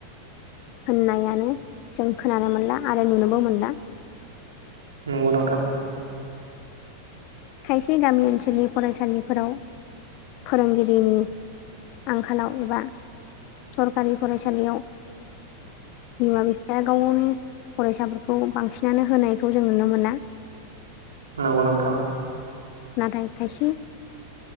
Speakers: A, on the left; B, on the right.
A: होननायानो जों खोनानो मोनला आरो नुनोबो मोनला।
B: नंगौ नोंथां।
A: खायसे गामि ओनसोलनि फरायसालिफोराव। फोरोंगिरिनि आंखालाव एबा सरकारि फरायसालियाव। बिमा बिफाया गाव गावनि फरायसाफोरखौ बांसिनानो होनायखौ जों नुनो मोना। <inaudible>
B: नंगौ नोंथां।
A: नाथाय खायसे।